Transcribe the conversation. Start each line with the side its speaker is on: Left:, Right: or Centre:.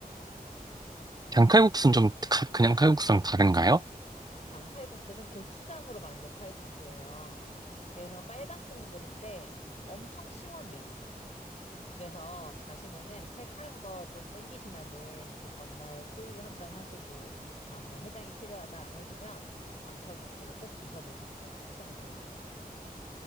Right: 그냥 칼국수는 좀, 가- 그냥 칼국수랑 다른가요?
Left: 장 칼국수는 고추장으로 만든 칼국수예요. 그래서 빨간 국물인데 엄청 시원해요. 그래서 가시면은 칼칼한 거 좀 땡기시면은 그 전날 술 한 잔 하시고 이제 다음날 해장이 필요하다 하시면 장칼국수를 꼭 드셔보시는 걸 추천을 드릴게요.